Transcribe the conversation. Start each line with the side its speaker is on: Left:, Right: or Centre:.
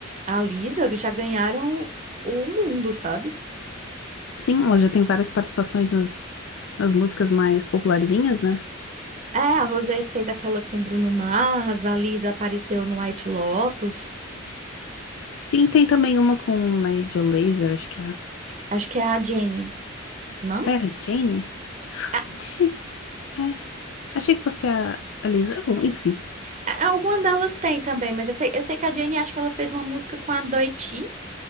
Right: a Lisa já ganharam o mundo, sabe?
Left: Sim, ela já tem várias participações nas, nas músicas mais popularzinhas, né?
Right: É, a Rosé fez aquela com Bruno Mars, a Lisa apareceu no White Lotus.
Left: Sim, tem também uma com Major Lazer, acho que é.
Right: Acho que é a Jenny, não?
Left: Ah, era Jane?
Right: A-
Left: Ti- É. Achei que fosse a, a Lisa. Bom, enfim.
Right: a- Alguma delas tem também, mas eu sei, eu sei que a Jenny acho que ela fez uma música com a Doechii.